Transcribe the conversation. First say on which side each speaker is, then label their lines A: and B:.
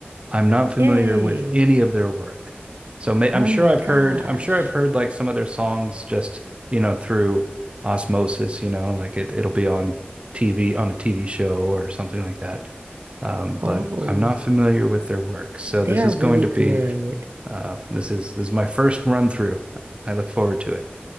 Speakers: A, on the right (about 30°); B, on the right (about 80°).
A: I'm not familiar
B: Yay.
A: with any of their work. So may
B: Oh
A: I'm sure
B: my
A: I've
B: gosh.
A: heard, I'm sure I've heard like some of their songs just, you know, through osmosis, you know, like it, it'll be on TV, on a TV show or something like that. Um,
B: Oh,
A: but I'm not familiar with their work. So
B: they
A: this
B: are
A: is
B: really
A: going to
B: good.
A: be Uh, this is this is my first run through. I look forward to it.